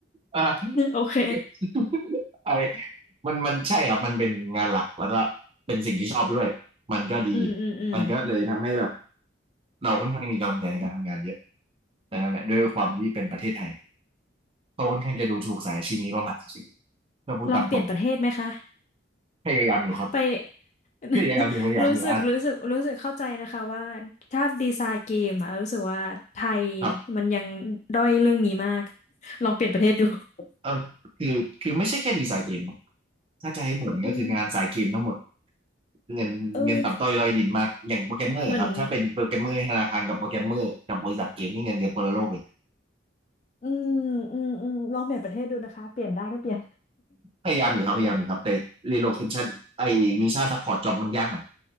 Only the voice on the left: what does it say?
<laughs> โอเค
อืมอืมอืม
ลองเปลี่ยนประเทศไหมคะ
ไป <laughs>
รู้สึกรู้สึกรู้สึกเข้าใจนะคะว่าถ้าดีไซน์เกมอะเรารู้สึกว่าไทย
มันยังด้อยเรื่องนี้มากลองเปลี่ยนประเทศดู <laughs>
อืม
เออเหมือนอืมอืมอืมลองเปลี่ยนประเทศดูนะคะเปลี่ยนได้ก็เปลี่ยน